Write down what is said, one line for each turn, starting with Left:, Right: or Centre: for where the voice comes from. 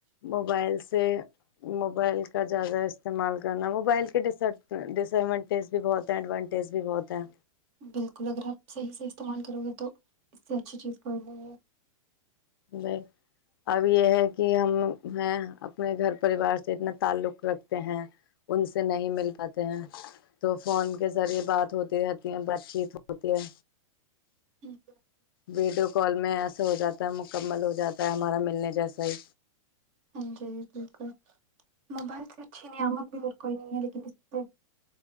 Left: موبائلس سے موبائل کا زیادہ استعمال کرنا موبائل کے ڈس ایڈوانٹیج بھی بہت ہیں ایڈوانٹیز بھی بہت ہیں
Right: بالکل اگر آپ صحیح سے استعمال کرو گے تو اس سےچ اچھی چیز کوئی نہیں ہے
Left: بائی اب یہ ہے کہ ہم ہیں اپنے گھر پریوار سے اتنا تعلق رکھتے ہیں ان سے نہیں مل پاتے ہیں تو فون کے ذریعے بات ہوتی رہتی ہیں ب یت ہوتی ہے
Right: ہوں
Left: ویڈیو کال میں ایسا ہو جاتا ہے مکمل ہو جاتا ہے ہمارا ملنے جیسا ہی
Right: ہ جی بالکل موبائل سے اچھی نعمت بھی اور کوئی نہیں ہے لیکن اس سے